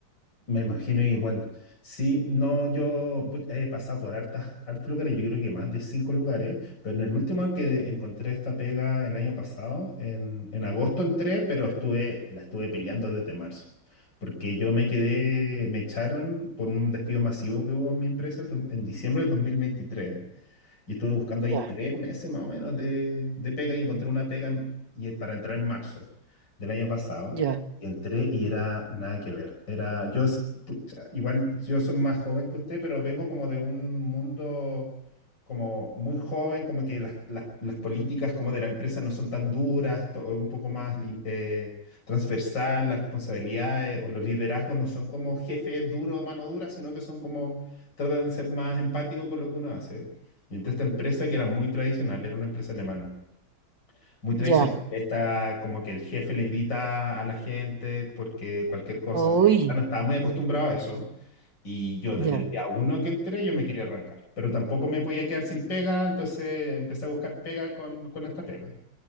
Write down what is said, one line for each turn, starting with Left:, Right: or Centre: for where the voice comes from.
Left: Me imagino igual. Sí, no, yo put, he pasado por hartas, hartos lugares, yo creo que más de cinco lugares, pero en el último que encontré esta pega el año pasado, en, en agosto entré, pero estuve, la estuve peleando desde marzo, porque yo me quedé, me echaron por un despido masivo que hubo en mi empresa el do- en diciembre del 2023. Y estuve buscando ahí
Right: Ya,
Left: tres meses más o menos de, de pega y encontré una pega en- y es para entrar en marzo del año pasado.
Right: ya,
Left: Y entré y era nada que ver. Era, yo, s- pucha, igual yo soy más joven que usted, pero vengo como de un mundo como muy joven, como que las, las- las políticas como de la empresa no son tan duras, to- un poco más lin- eh, transversal, las responsabilidades o los liderazgos no son como jefes duros, mano dura, sino que son como, tratan de ser más empáticos con lo que uno hace. Y entonces esta empresa que era muy tradicional, era una empresa alemana, muy tradicional,
Right: ya.
Left: está como que el jefe le grita a la gente porque cualquier cosa,
Right: Uy,
Left: y en verdad no estaba muy acostumbrado a eso. Y yo
Right: ya,
Left: desde el día uno que entré, yo me quería arrancar, pero tampoco me podía quedar sin pega, entonces empecé a buscar pega con, con esta pega.